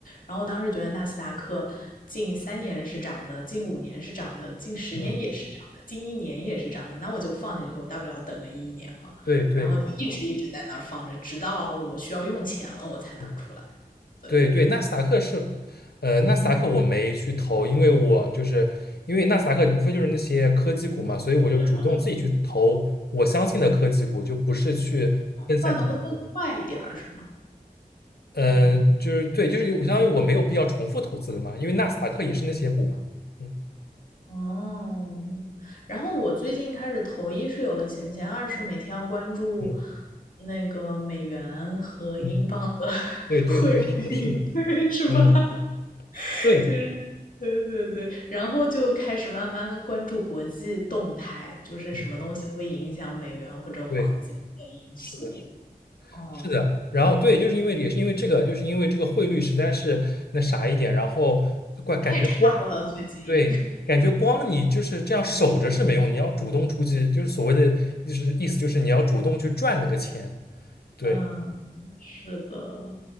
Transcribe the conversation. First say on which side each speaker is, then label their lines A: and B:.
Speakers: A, on the left; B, on the left.
A: 然后我当时觉得纳斯达克近三年是涨的，近五年是涨的，近十年也是涨的，
B: 嗯，
A: 近一年也是涨的，那我就放进去，我大不了等个一年嘛。
B: 对对，
A: 然后就一直一直在那儿放着，直到我需要用钱了，我才拿出来。
B: 嗯
A: 对，
B: 对对，纳斯达克是，呃，纳斯达克我没去投，
A: 嗯，
B: 因为我就是因为纳斯达克无非就是那些科技股嘛，所以我就主动自己去投我相信的科技股，
A: 嗯，
B: 就不是去分散投。
A: 赚的会更快一点儿，是吗？
B: 呃，
A: 嗯，
B: 就是对，就是我相当于我没有必要重复投资了嘛，因为纳斯达克也是那些股嘛。嗯
A: 哦，然后我最近开始投一是有了闲钱，二是每天要关注
B: 嗯
A: 那个美元和英镑的，
B: 嗯，对对对，
A: <laughs>
B: 是的，是的，
A: 对，是吧？
B: 嗯，
A: <laughs>
B: 对，
A: 就是，对对对，然后就开始慢慢关注国际动态，就是什么东西会影响美元或者黄金的因素。
B: 嗯对，是的。
A: 哦，
B: 是的，然后对，就是因为也是因为这个，就是因为这个汇率实在是那啥一点，然后感感觉光
A: 太差了，最近。
B: 对，感觉光你就是这样守着是没用，你要主动出击，就是所谓的就是意思就是你要主动去赚那个钱，对，
A: 嗯，是的，